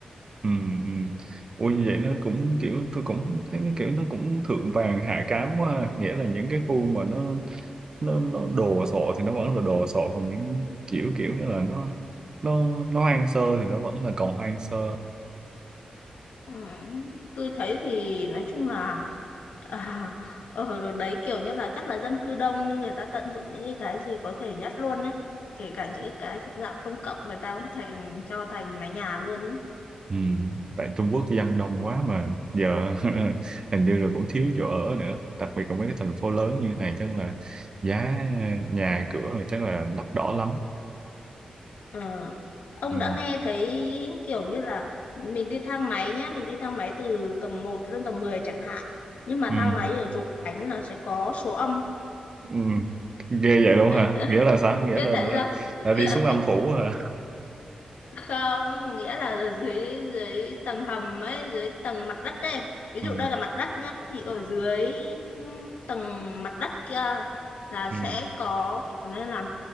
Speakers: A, on the right (about 30°); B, on the left (about 85°).
A: Ừ, ừ. Ui như vậy nó cũng kiểu tôi cũng thấy nó kiểu nó cũng thượng vàng hạ cám quá ha. nghĩa là những cái khu mà nó nó nó đồ sộ thì nó vẫn là đồ sộ còn những kiểu kiểu đó là nó nó nó hoang sơ thì nó vẫn là còn hoang sơ
B: ừ. tôi thấy thì nói chung là à, ở đấy kiểu như là chắc là dân cư đông nhưng người ta tận dụng những cái cái gì có thể nhất luôn ấy kể cả những cái cái thuộc dạng công cộng người ta cũng thành cho thành mái nhà luôn ấy
A: ừ. tại Trung Quốc dân đông quá mà giờ <laughs> hình như là cũng thiếu chỗ ở nữa đặc biệt là mấy cái thành phố lớn như này chắc là giá à, nhà cửa rồi chắc là đắt đỏ lắm
B: Ờ, Ông
A: ừ.
B: đã nghe thấy kiểu như là mình đi thang máy nhá, mình đi thang máy từ tầng một lên tầng 10 chẳng hạn. Nhưng mà
A: Ừ.
B: thang máy ở Trùng Khánh là sẽ có số âm.
A: Ừ. Ghê vậy luôn hả?
B: <laughs>
A: Nghĩa là sao? Nghĩa
B: Biết
A: là,
B: tại
A: là,
B: sao? Biết,
A: là đi xuống âm
B: biết,
A: phủ hả?
B: không, nghĩa là ở dưới dưới tầng hầm ấy, dưới tầng mặt đất ấy. Ví
A: Ừ.
B: dụ đây là mặt đất nhá, thì ở dưới ừ, tầng mặt đất kia là
A: Ừ.
B: sẽ có kiểu nên là